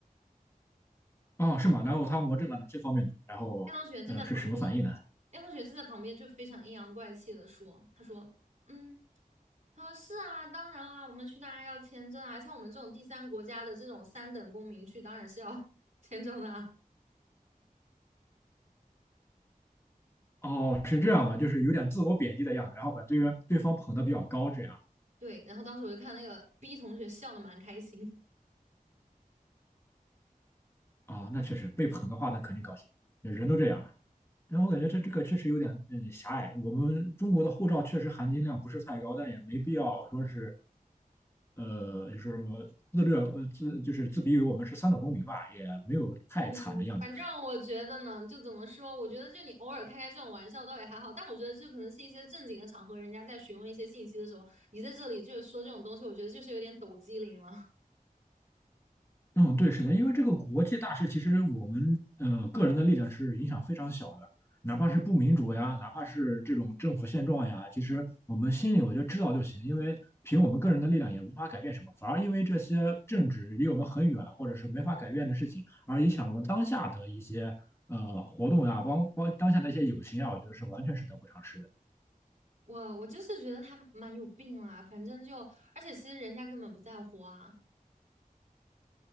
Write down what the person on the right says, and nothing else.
燕同学就在旁边，
燕同学就在旁边就非常阴阳怪气的说：“他说，嗯，他说是啊，当然啦，我们去当然要签证啊，像我们这种第三国家的这种三等公民去，当然是要 <laughs> 签证的啊。”
对，然后当时我就看那个 B 同学笑的蛮开心。
嗯，反正我觉得呢，就怎么说，我觉得就你偶尔开开这种玩笑倒也还好，但我觉得这可能是一些正经的场合，人家在询问一些信息的时候，你在这里就是说这种东西，我觉得就是有点抖机灵了。
我我就是觉得他蛮有病啦，反正就，而且其实人家根本不在乎啊，